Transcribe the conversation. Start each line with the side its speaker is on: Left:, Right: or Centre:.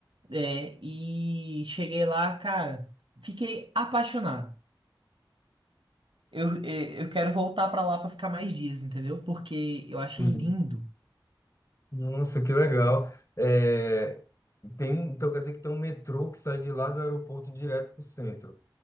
Right: e, é, e cheguei lá, cara, fiquei apaixonado. Eu, é, eu quero voltar pra lá pra ficar mais dias, entendeu? Porque eu achei
Left: Sim.
Right: lindo.
Left: Nossa, que legal. É, tem, um- então quer dizer que tem um metrô que sai de lá do aeroporto direto para o centro.